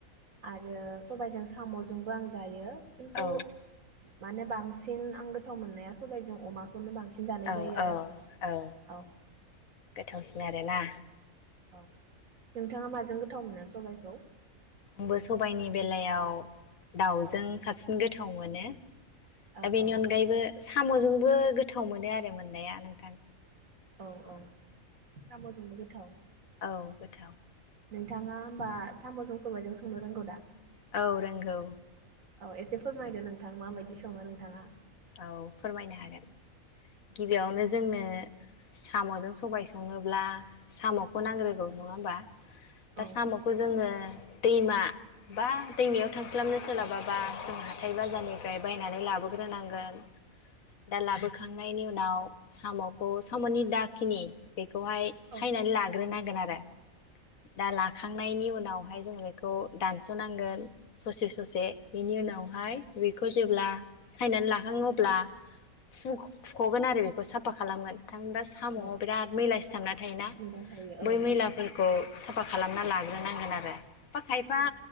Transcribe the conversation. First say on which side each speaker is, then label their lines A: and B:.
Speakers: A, on the right; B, on the left.
A: आरो सबाइजों सामजोंबो आं जायो। खिन्थु
B: औ
A: माने बांसिन आं गोथाव मोननाया सबाइजों अमाखौनो बांसिन जानाय
B: औ
A: जायो
B: औ
A: आरो आं
B: औ
A: औ।
B: गोथावसिन आरोना?
A: औ नोंथाङा माजों गोथाव मोनो सबाइखौ?
B: आंबो सबायाइनि बेलायाव दाउजों
A: औ
B: साबसिन गोथाव मोनो। <inaudible>
A: औ
B: दा बेनि
A: औ
B: अनगायैबो सामजोंबो गोथाव मोनो आरो मोननाया नोंथां।
A: औ। औ सामजोंबो गो थाव।
B: औ गोथाव।
A: नोंथाङा होमबा सामजों सबाइजों संनो रोंगौ दा?
B: औ रोंगौ।
A: औ एसे फोरमायदो नोंथां माबायदि सङो नोंथाङा।
B: औ फोरमायनो हागोन गिबियावनो जोंनो सामजों सबाइ संनोब्ला सामखौ नांग्रोगौ नङा होमबा।
A: औ
B: दा सामखौ जोङो दैमा बा दैमायाव थांस्लाबनो सोलाबाबा जों हाथाइ बाजारनिफ्राय बायनानै लाबोग्रोनांगोन। <unintelligible> दा लाबोखां खांनायनि उनाव सामखौ सामनि दाखिनि बेखौहाय
A: औ
B: सायनानै लाग्रोनांगोन आरो दा लाखांनायनि उनावहाय जोंङो बेखौ दानसनांगोन ससे ससे बेनि उनाव ओमफाय बेखौ जेब्ला सायना ला खाङो अब्ला फु-फुखगोन आरो बेखौ साफा खालामगोन। थामहिनबा
A: औ
B: सामआव बिराद मैला सिथाबनानै थायोना
A: मोनबाय थायो औ
B: बै मैलाफोरखौ साफा खालामना लाग्रोनांगोन आरो। खायफा खायफा
A: औ